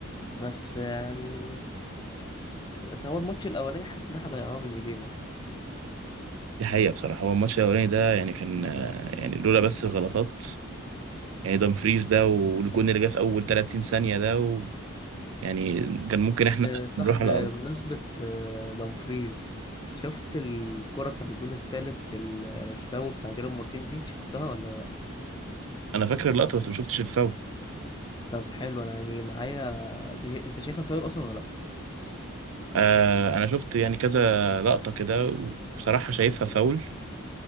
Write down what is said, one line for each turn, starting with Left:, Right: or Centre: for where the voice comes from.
Left: بس يعني بس هو الماتش الأولاني حاسس إن احنا ضيعناه من إيدينا
Right: دي حقيقة بصراحة هو الماتش الاولاني ده يعني كان آه، يعني لولا بس الغلطات يعني دامفريز ده والجون اللي جه في اول 30 ثانية ده و... يعني كان ممكن احنا
Left: بصح
Right: نروح
Left: بمناسبة
Right: على الارض
Left: آه، دمفريز شفت الكرة بتاعت الجون التالت ال- الفاول بتاع جيرار مارتين دي شفتها ولا
Right: انا فاكر اللقطة بس ما شفتش الفاول
Left: طب حلو انا يعني معايا انت شا- انت شايفها فاول اصلا ولا لا
Right: آه انا شفت يعني كذا لقطة كده بصراحة شايفها فاول